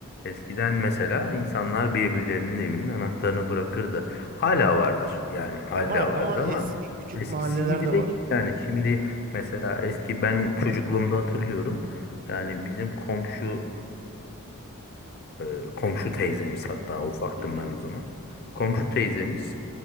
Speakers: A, on the left; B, on the right.
A: eskiden mesela insanlar birbirlerinin evinin anahtarını bırakırdı. Hala vardır yani hala
B: Ya var ama
A: vardır ama
B: eski küçük
A: eskisi
B: mahallelerde
A: gibi değil
B: var.
A: yani. Şimdi mesela eski ben çocukluğumda hatırlıyorum yani bizim komşunun e, komşu teyzemiz hatta ufaktım
B: Hı hı.
A: ben o zaman. Komşu teyzemiz